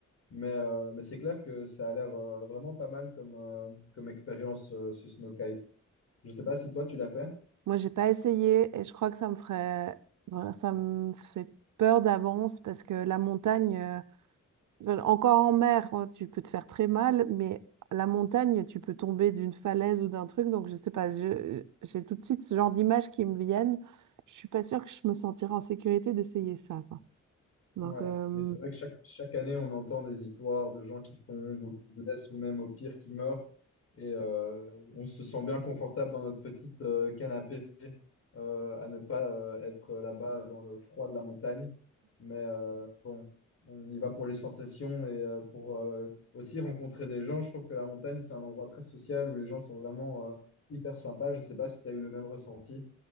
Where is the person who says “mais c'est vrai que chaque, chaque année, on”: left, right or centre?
Left